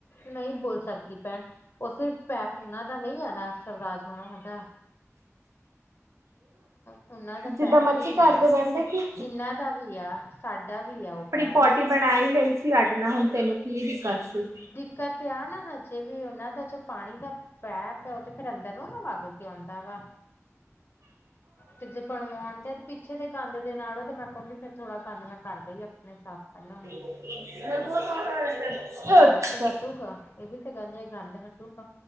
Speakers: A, on the left; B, on the right.
A: ਨਹੀਂ ਬੋਲ ਸਕਦੀ ਭੈਣ। ਉਹ ਸਿਰਫ ਪੈਪ ਉਹਨਾਂ ਦਾ ਨਹੀਂ ਆ ਨਾ ਸਵਰਾਜ- ਹਣਾ ਹਾਤਾ। ਉਹਨਾਂ ਦਾ
B: ਜਿੱਦਾਂ
A: ਪੈਪ
B: ਮਰਜ਼ੀ
A: ਨੀ
B: ਕਰਦੇ
A: ਆ।
B: ਰਹਿੰਦੇ ਕਿ
A: ਇਹਨਾਂ ਦਾ ਵੀ ਆ। ਸਾਡਾ ਵੀ ਆ ਉਹ। ਪੈਪ
B: ਕੋਟੀ ਬਣਾ ਹੀ ਲਈ ਸੀ। ਅੱਡ ਨਾਲ ਹੁਣ ਤੈਨੂੰ ਕੀ ਦਿੱਕਤ ਸੀ?
A: ਦਿੱਕਤ ਆ ਨਾ, ਹਜੇ ਵੀ ਉਹਨਾਂ ਦਾ ਜੋ ਪਾਣੀ ਦਾ ਪੈਪ ਹੈ। ਉਹ ਤੇ ਫਿਰ ਅੰਦਰੋਂ ਨਾ ਵੱਗ- ਆਉਂਦਾ ਵਾ- ਤੇ ਜੇ ਬਣਵਾਉਣ ਗੇ, ਤੇ ਪਿੱਛੇ ਦੇ ਕੰਦ ਦੇ ਨਾਲੋਂ ਤੇ ਮੈਂ ਕਹੂੰਗੀ, ਫਿਰ ਥੋੜਾ ਕੰਦ ਨਾਲ ਕਰ ਦਿਓ। ਆਪੇ ਸਾਫ਼ ਕਰਲਾ-
B: <unintelligible>
A: ਗੰਦ ਤੇ ਹਟੂਗਾ ਇਹ ਵੀ ਤਾਂ ਗੱਲ ਹੈ, ਗੰਦ ਹਟੂਗਾ।